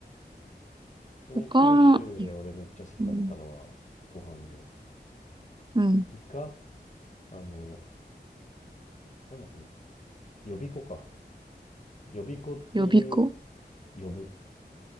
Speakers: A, on the left (about 40°); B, on the right (about 25°).
A: ちなみに九州で俺めっちゃ好きだったのはご飯で
B: 他の、うん、うん、
A: イカあのなんだっけ呼び子か呼び子っていう
B: 予備校
A: 呼ぶ